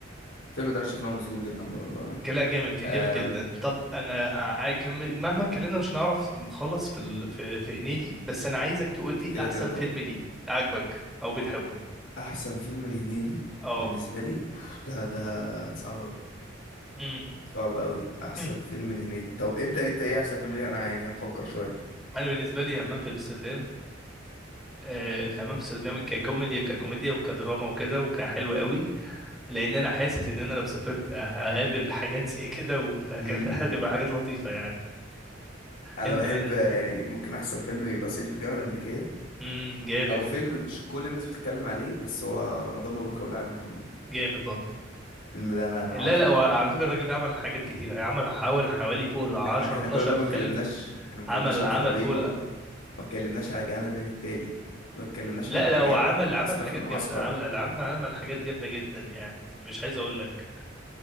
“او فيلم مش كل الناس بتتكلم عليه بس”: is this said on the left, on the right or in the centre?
Left